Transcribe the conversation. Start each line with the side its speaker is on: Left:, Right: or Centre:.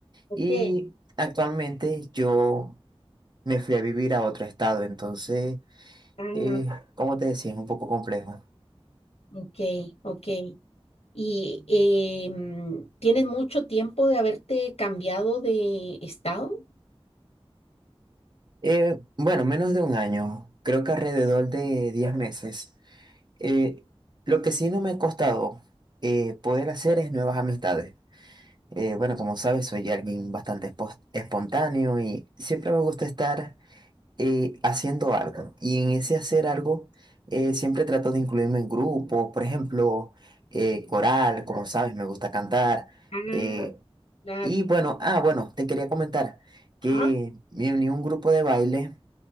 Left: ok.
Right: Y actualmente yo me fui a vivir a otro estado, entonces,
Left: Ah,
Right: eh, como te decía, es un poco complejo.
Left: ok, ok. ¿Y eh, mm, tienes mucho tiempo de haberte cambiado de estado?
Right: Eh, bueno, menos de un año, creo que alrededor de 10 meses. Eh, lo que sí no me ha costado eh, poder hacer es nuevas amistades. Eh, bueno, como sabes, soy alguien bastante espos- espontáneo y siempre me gusta estar eh, haciendo algo. Y en ese hacer algo, eh, siempre trato de incluirme en grupos, por ejemplo, eh, coral, como sabes, me gusta cantar.
Left: Ah,
Right: eh,
Left: claro.
Right: y bueno, ah, bueno, te quería comentar que
Left: Ah,
Right: me uní a un grupo de baile